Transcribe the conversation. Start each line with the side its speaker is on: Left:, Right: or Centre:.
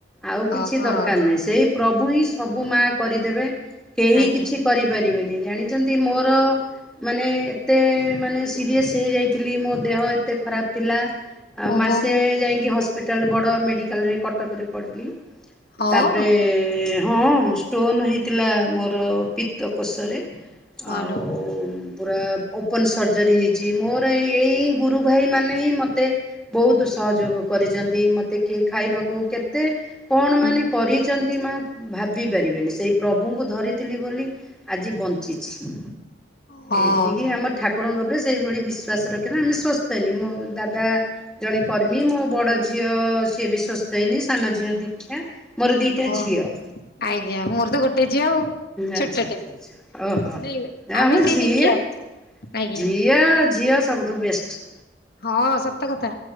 Centre: ଆଉ
Left: ହଁ
Centre: କିଛି ଦରକାର ନାହିଁ ସେଇ ପ୍ରଭୁହିଁ ସବୁ ମା କରିଦେବେ କେହି
Left: ଆଜ୍ଞା
Centre: କିଛି କରିବେ ପାରିବେନି ଜାଣିଚନ୍ତି ମୋର ମାନେ ଏତେ ମାନେ ସିରିଅସ୍ ହେଇଯାଇଥିଲି ମୋଦେହ ଏତେ ଖରାପ୍ ଥିଲା ଆ
Left: ଓହୋ
Centre: ମାସେ ଯାଇକି ହସ୍ପିଟାଲ୍ ବଡ଼ ମେଡ଼ିକାଲରେ କଟକରେ ପଡ଼ିଲି
Left: ହଁ
Centre: ତାପରେ ହଁ ଷ୍ଟୋନ ହେଇଥିଲା ମୋର ପିତକଷରେ
Left: ମାଲୋ
Centre: ଆଉ ପୁରା ଓପନ ସର୍ଜରୀ ହେଇଚି ମୋର ଏ ଏଇ ଗୁରୁ ଭାଇ ମାନେହିଁ ମୋତେ ବହୁତ୍ ସହଯୋଗ କରିଚନ୍ତି ମତେ କିଏ ଖାଇବାକୁ କେତେ କଣ
Left: ହୁଁ
Centre: ମାନେ କରିଚନ୍ତି ମା ଭାବି ପାରିବେନି ସେଇ ପ୍ରଭୁଙ୍କୁ ଧରିଥିଲି ବୋଲି ଆଜି ବଞ୍ଚିଛି
Left: ହଁ
Centre: ଏତିକି ଆମ ଠାକୁରଙ୍କ ଉପରେ ସେଇଭଳି ବିଶ୍ୱଵାସ ରଖିବା ଆମେ ସସ୍ଥତେନି ମୋ ଦାଦା ଜଣେ କର୍ମୀ ମୋ ବଡ଼ ଝିଅ ସିଏବି ସସ୍ଥତେନି ସାନ ଝିଅ ଦୀକ୍ଷା ମୋର ଦିଟା
Left: ହଁ
Centre: ଝିଅ
Left: ଆଜ୍ଞା ମୋରତ ଗୋଟେ ଝିଅ ଆଉ।
Centre: ଆଚ୍ଛା
Left: ଛୋଟଟେ
Centre: ଆଛା ଓହୋ
Left: ନାଇଁ
Centre: ନାଆମ
Left: ଆମେ ସେଇ
Centre: ଝିଅ
Left: ଦୀକ୍ଷା
Centre: ଝି
Left: ଆଜ୍ଞା
Centre: ଝିଅ ଝିଅ ସବୁଠୁ ବେଷ୍ଟ।
Left: ହଁ ସତ କଥା